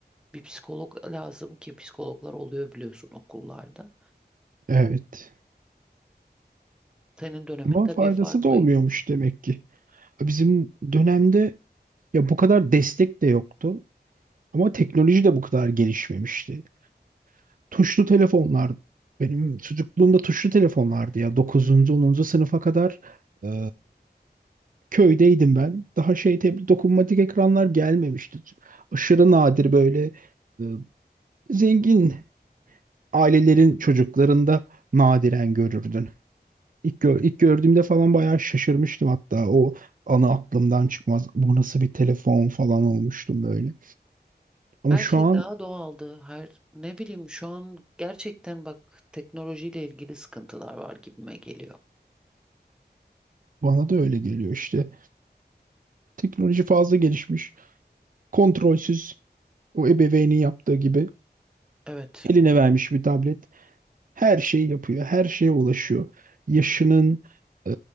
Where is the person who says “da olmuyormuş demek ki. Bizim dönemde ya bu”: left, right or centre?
Right